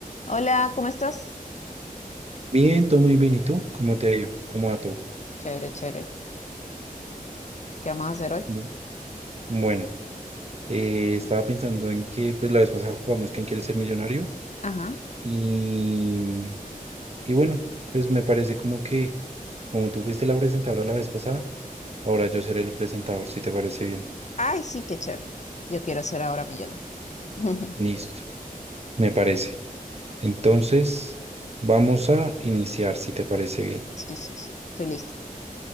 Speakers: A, on the left (about 50°); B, on the right (about 45°).
A: Hola, ¿cómo estás?
B: Bien, todo muy bien. ¿Y tú? ¿Cómo te ha ido? ¿Cómo va todo?
A: Chévere, chévere. ¿Qué vamos a hacer hoy?
B: Bu- Bueno, eh, estaba pensando en que pues la vez pasada jugamos ¿Quién quiere ser millonario?
A: Ajá.
B: Y, y bueno, pues me parece como que como tú fuiste la presentadora la vez pasada, ahora yo seré el presentador, si te parece bien.
A: Ay, sí, qué chévere. Yo quiero ser ahora millonaria. <laughs>
B: Listo, me parece. Entonces, vamos a iniciar, si te parece bien.
A: Sí, sí, sí. Estoy lista.